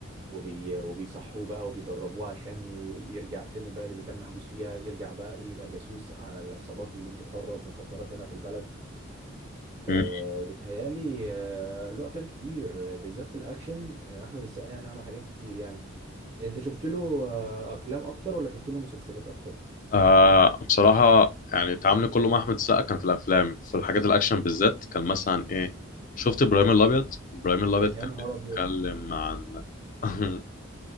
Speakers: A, on the right; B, on the left.
A: وبي وبيصحوه بقى وبيدربوه عشان ي- يرجع تاني البلد اللي كان محبوس فيها يرجع بقى إيه يبقى جاسوس على العصابات اللي بتهرب مخدرات هنا في البلد آه،
B: مم.
A: بيتهيألي آه، له أفلام كتير آه، بالذات في الأكشن آه، أحمد السقا يعني عمل حاجات كتير يعني أنت شفت له آه، أفلام أكتر ولا شفت له مسلسلات أكتر؟
B: آه بصراحة يعني تعاملي كله مع أحمد السقا كان في الأفلام في الحاجات الأكشن بالذات كان مثلا إيه شفت إبراهيم الأبيض إبراهيم الأبيض
A: يا
B: كان
A: نهار
B: بيتكلم
A: ابيض
B: عن <laughs>